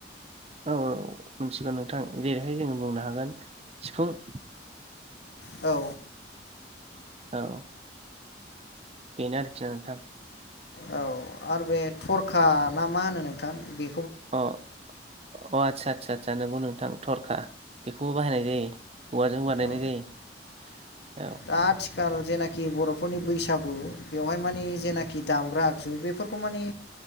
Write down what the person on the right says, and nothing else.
औ औ मिथिगौ नोंथां जेरैहाय जोंङो बुंनो हागोन सिफुं
औ बेनो आरखि ना नोंथां।
अ अ आतसा आसा आसा आतसा नोंगौ नों थां थरखा बेखौबो बाहायनाय जायो औवाजों बानायनाय
जायो। औ